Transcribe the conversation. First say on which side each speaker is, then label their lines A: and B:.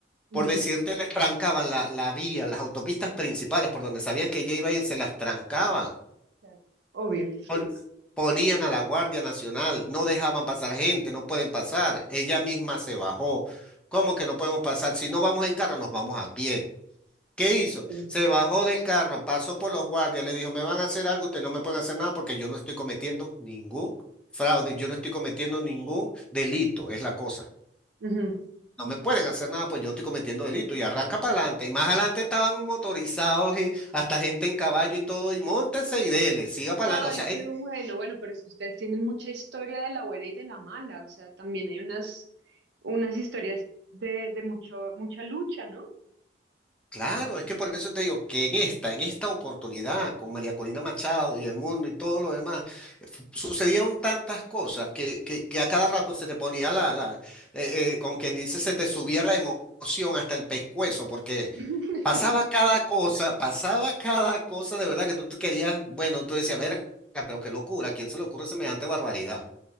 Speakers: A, on the right (about 65°); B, in the centre.
A: Ujú.
B: por decirte, les trancaban la, la vía, las autopistas principales por donde sabían que ella iba a ir, se las trancaban.
A: claro. Obvio.
B: Pon- Ponían a la Guardia Nacional, no dejaban pasar gente, no pueden pasar. Ella misma se bajó. ¿Cómo que no podemos pasar? Si no vamos en carro, nos vamos a pie. ¿Qué hizo?
A: Sí.
B: Se bajó del carro, pasó por los guardias, le dijo, me van a hacer algo, ustedes no me pueden hacer nada porque yo no estoy cometiendo ningún fraude, yo no estoy cometiendo ningún delito, es la cosa.
A: Ujú.
B: No me pueden hacer nada pues yo no estoy cometiendo delito y arranca para adelante. Y más adelante estaban motorizados y hasta gente en caballo y todo, y móntese y dele, siga para
A: Ay,
B: adelante. O sea,
A: qué bueno. Bueno, pero es que ustedes tienen mucha historia de la buena y de la mala. O sea, también hay unas, unas historias de, de mucho, mucha lucha, ¿no?
B: Claro, es que por eso te digo que en esta, en esta oportunidad con María Corina Machado y el mundo y todo lo demás, eh, fu- sucedieron tantas cosas que, que, que a cada rato se te ponía la, la eh, eh, como quien dice, se te subía la emoción hasta el pescuezo, porque
A: <laughs>
B: pasaba cada cosa, pasaba cada cosa de verdad que tú, tú querías, bueno, tú decías, verga, pero qué locura, ¿a quién se le ocurre semejante barbaridad?